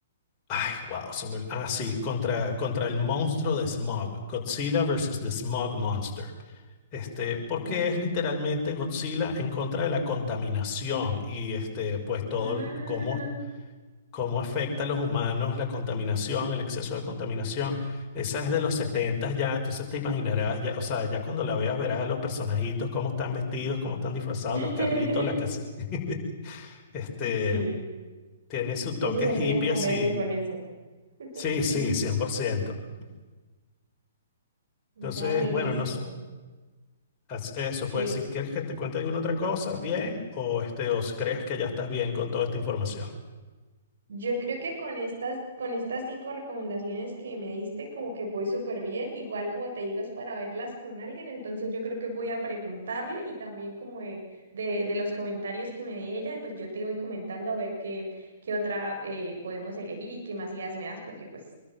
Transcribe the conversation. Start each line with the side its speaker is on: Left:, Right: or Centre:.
Left: Ay, wow, se me- Ah, sí, contra, contra el monstruo de Smog, Godzilla versus the Smog Monster. Este, porque
Right: No.
Left: es literalmente Godzilla en contra de la contaminación y este, pues todo
Right: Ah.
Left: el- cómo, cómo afecta a los humanos la contaminación, el exceso de contaminación. Esa es de los 70 ya, entonces te imaginarás, ya, o sea, ya cuando la veas verás a los personajitos, cómo están vestidos, cómo están disfrazados,
Right: <laughs>
Left: los carritos, la casa. <laughs> Este,
Right: Sí.
Left: tiene su toque
Right: Ellos hacían
Left: hippie
Right: comedia
Left: así.
Right: con eso. <laughs>
Left: Sí, sí,
Right: Sí.
Left: 100%. Entonces,
Right: Dale,
Left: bueno,
Right: listo.
Left: no s- as- eso,
Right: Sí,
Left: pues si quieres que te cuente alguna otra cosa, bien, o este, o si crees que ya estás bien con toda esta información.
Right: Yo creo que con estas, con estas cinco recomendaciones que me diste, como que voy súper bien. Igual como te digo, es para verlas con alguien. Entonces yo creo que voy a preguntarle y también como de, de, de los comentarios que me dé ella, pues yo te voy comentando a ver qué, qué otra eh, podemos elegir y qué más ideas me das, porque pues